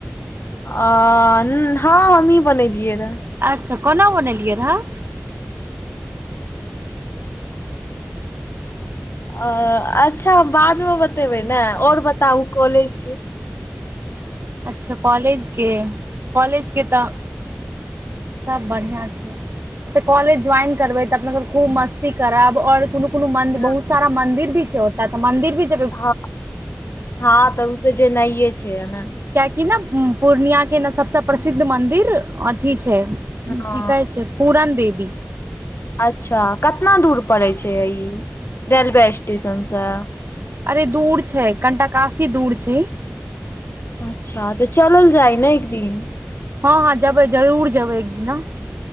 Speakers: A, on the left; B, on the right.
A: अऽ हुं ह हमी बनेलिय रहै।
B: अच्छा कोना बनेलियै रहऽ
A: अ अच्छा बाद मे बतेबै ने और बताउ कॉलेज के।
B: अच्छा कॉलेजके कॉलेजके तऽ सब बढ़िआँ छै। कॉलेज ज्वाइन करबै तऽ, अपना सब खूब मस्ती करब और कुनो कोनो मंदि
A: हँ
B: बहुत सारा मंदिर भी छैय ओत मन्दिर भी छै।
A: हंं- हँ त उत तऽ जेनाये छय न।
B: कियाकि ने पूर्णियाके ने सभसँ प्रसिद्ध मन्दिर अथी छै की
A: हँ
B: कहै छै, पुरण देवी।
A: अच्छा, केतना दूर परय छै ई रेलवे स्टेशनसँ
B: अरे दूर छै, कनिटा काफी दूर छै।
A: अच्छा तऽ, चलल जाइ ने एकदिन।
B: हँ -हँ जेबै जरूर जेबै एक दिना।